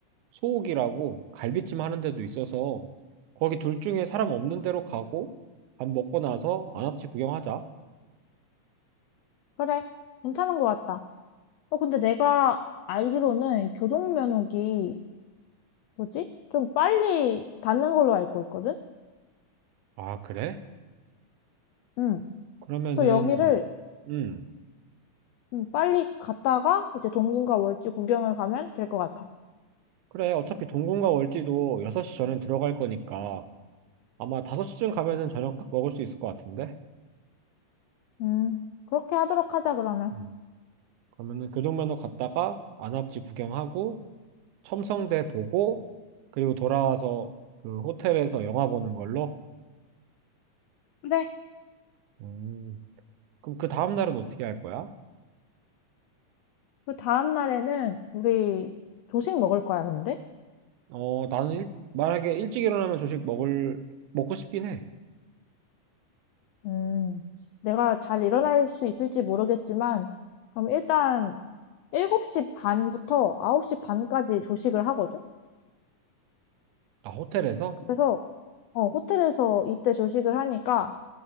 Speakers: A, on the right (about 80°); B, on the left (about 85°).
A: 소옥이라고 갈비찜 하는 데도 있어서 거기 둘 중에 사람 없는 데로 가고 밥 먹고 나서 안압지 구경하자.
B: 그래, 괜찮은 것 같다. 어, 근데 내가 알기로는 교동면옥이 뭐지? 좀 빨리 닿는 걸로 알고 있거든?
A: 아, 그래?
B: 응.
A: 그러면은,
B: 그래서 여기를
A: 음,
B: 음, 빨리 갔다가 이제 동궁과 월지 구경을 가면 될 것 같아.
A: 그래. 어차피 동궁과 월지도 6시 전엔 들어갈 거니까 아마 5시쯤 가면은 저녁 딱 먹을 수 있을 것 같은데?
B: 음, 그렇게 하도록 하자, 그러면.
A: 음, 그러면은 교동면허 갔다가 안압지 구경하고 첨성대 보고 그리고 돌아와서 그 호텔에서 영화 보는 걸로?
B: 그래.
A: 음, 그럼 그 다음날은 어떻게 할 거야?
B: 그 다음 날에는 우리 조식 먹을 거야, 근데?
A: 어, 나는 일, 만약에 일찍 일어나면 조식 먹을, 먹고 싶긴 해.
B: 음, 내가 잘 일어날 수 있을지 모르겠지만, 그럼 일단 7시 반부터 9시 반까지 조식을 하거든?
A: 나 호텔에서?
B: 그래서, 어, 호텔에서 이때 조식을 하니까,